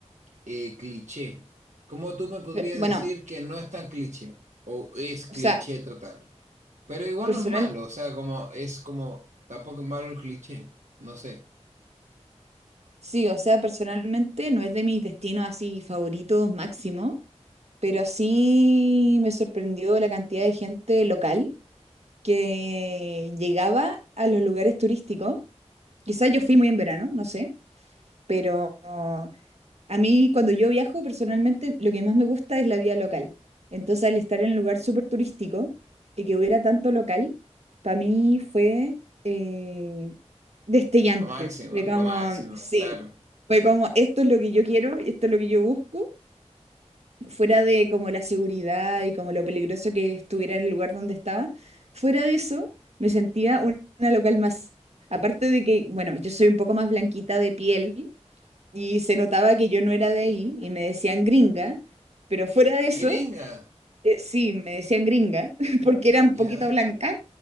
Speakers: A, on the right; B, on the right.
A: eh, cliché. ¿Cómo tú me podrías
B: Pe- Bueno,
A: decir que no es tan cliché? ¿O es cliché
B: o sea,
A: total? Pero igual
B: personal,
A: no es malo, o sea, como es como, tampoco es malo el cliché, no sé,
B: sí, o sea, personalmente no es de mis destinos así favoritos máximo, pero sí me sorprendió la cantidad de gente local que llegaba a los lugares turísticos. Quizás yo fui muy en verano, no sé, pero a mí cuando yo viajo personalmente lo que más me gusta es la vida local. Entonces al estar en un lugar súper turístico y que hubiera tanto local, para mí fue eh, destellante.
A: lo máximo,
B: Fue como,
A: lo máximo,
B: sí,
A: claro.
B: fue como, esto es lo que yo quiero y esto es lo que yo busco fuera de como la seguridad y como lo peligroso que estuviera en el lugar donde estaba, fuera de eso me sentía un- una local más. Aparte de que, bueno, yo soy un poco más blanquita de piel y se notaba que yo no era de ahí y me decían gringa, pero fuera de eso,
A: Gringa,
B: eh, sí, me decían gringa <laughs> porque era un
A: ya,
B: poquito blanca,